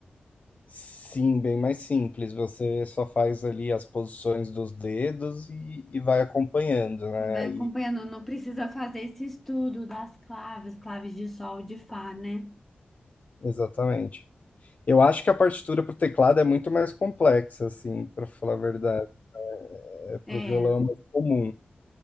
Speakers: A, on the left; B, in the centre.
A: Sim, bem mais simples. Você só faz ali as posições dos dedos e, e vai acompanhando, né?
B: E vai
A: Aí,
B: acompanhando, não precisa fazer esse estudo das claves, claves de sol, de fá, né?
A: exatamente. Eu acho que a partitura para o teclado é muito mais complexa, assim, para falar a verdade. É, para
B: É,
A: o violão
B: é,
A: é mais comum,